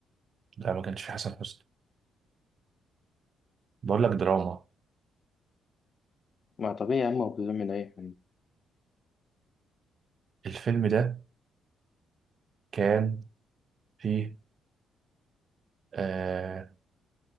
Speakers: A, on the right (about 50°); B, on the left (about 40°).
A: لا ما كانش فيه حسن حسني بقول لك دراما
B: ما طبيعي يا عم هو بيعمل أي حاجة
A: الفيلم ده كان فيه آه